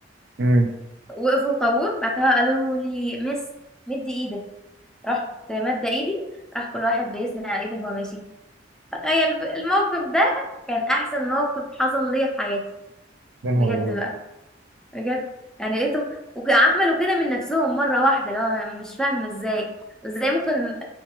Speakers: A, on the right; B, in the centre.
A: امم
B: وقفوا طابور بعد كده قالوا لي مس مدي ايدك رحت مادة ايدي راح كل واحد بيسند على ايدي وهو ماشي تخيل ب- الموقف ده كان احسن موقف حصل ليا في حياتي
A: يا نهار
B: بجد
A: ابيض
B: بقى بجد يعني لقيتهم وعملوا كده من نفسهم مرة واحدة لو أنا مش فاهمة ازاي ازاي ممكن